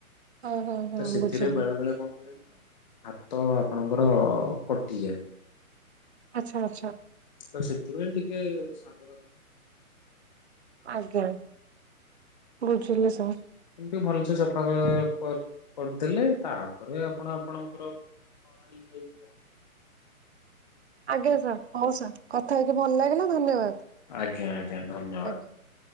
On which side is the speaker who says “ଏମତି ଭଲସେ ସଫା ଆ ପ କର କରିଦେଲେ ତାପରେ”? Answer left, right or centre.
Left